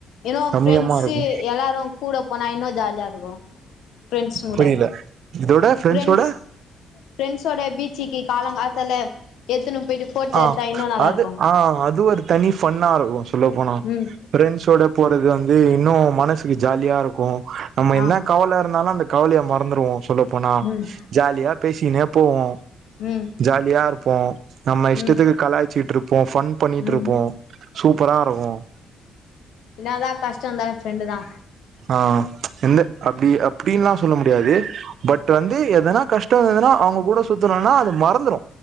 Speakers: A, on the left; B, on the right.
A: இன்னு
B: ரம்யமா
A: ஃப்ரெண்டஸு
B: இருக்கு
A: எல்லாரு கூட போனா இன்னு ஜாலியா இருக்கு ஃப்ரெண்ஸ்ஸுங்
B: புரில
A: கூட
B: இதோட ஃப்ரெண்ட்ஸோட
A: ஃப்ரெண்ஸ் ஃப்ரெண்ஸ்சோட பீச்சுக்கு காலங்காத்தால எத்துன்ணு போயிட்டு போட்டோ
B: ஆ
A: எடுத்தா இன்னு நல்லா
B: அது
A: இருக்கு
B: ஆ அது ஒரு தனி ஃபன்னா இருக்கும் சொல்ல போனா
A: ம்
B: ப்ரெண்ட்ஸோட போறது வந்து இன்னு மனசுக்கு ஜாலியா இருக்கு நம்ம என்னா
A: ஆ
B: கவல இருந்தாலு அந்த கவலைய மறந்துருவோம் சொல்ல போனா
A: ம்
B: ஜாலியா பேசினே போவோம்
A: ம்
B: ஜாலியா இருப்போம் நம்ம இஷ்டத்துக்கு
A: ம்
B: கலாயச்சிட்டு இருப்போம் ஃபன் பண்ணிட்டு
A: ம்
B: இருப்போம் சூப்பரா இருக்கும்
A: என்னா தா கஷ்டோ இருந்தாலு ஃப்ரெண்டு தா
B: ஆ எந்த அப்டி அப்டின்லா சொல்ல முடியாது பட் வந்து எதனா கஷ்டம் இருந்துனா அவுங்க கூட சுத்தணுனா அது மறந்துடு